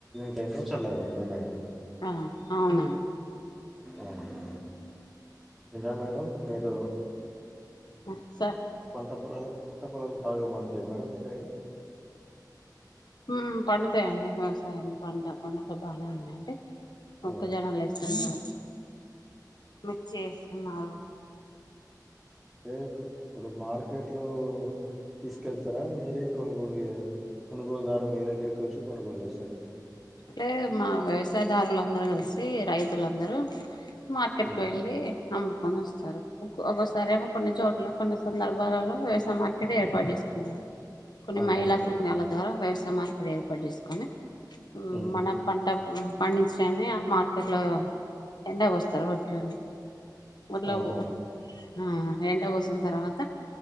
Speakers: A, in the centre; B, on the left.
A: ఎండే చల్లగా ఉందా మేడం
B: ఆ అవునాన్
A: ఆహా ఇండ్రా మేడం మీరు
B: ఆ సార్
A: తోపులలో పట్ట పొలాలు బాగా మండుతాయా మేడం మీ సైడు
B: హు పండుతాయండి వ్యవసాయం పండా పండుగ బానే ఉన్నాయండి. మొక్క
A: ఆ
B: జోనలు ఇస్తుండ్రు. మిర్చి ఏస్తునాగు
A: టేకు ఇప్పుడు మార్కెట్లో తీసుకెళ్తారా మీరే కొనుగోలుయా కొనుగోలుదారు మీ దగ్గరకి వచ్చి కొనుగోలు చేస్తరా.
B: లేదు మా వ్యవసాయదారులందర్ కలిసి రైతులందరూ మార్కెట్కి
A: హ్మ్.
B: వెళ్ళి అమ్ముకొని వసరు. ఒక్ ఒకసారెమో కొన్ని చోట్ల కొన్ని సందర్భాలలో వ్యవసాయ మార్కెట్ ఏర్పాటు చేసుకున్నారు. కొన్ని
A: అవునా
B: మహిళా
A: మేడం
B: సంఘాల ద్వారా వ్యవస్ తా మార్పిడి ఏర్పాటు జేసుకొని హు
A: హ్మ్.
B: మన పంట హుహ్ పడించినయని ఆ మార్కెట్లో ఎండా ఒస్తరు వోడ్లని ఒడ్లవో
A: అవునా మేడం
B: ఆ ఎండ ఓస్ తేల్ తర్వాత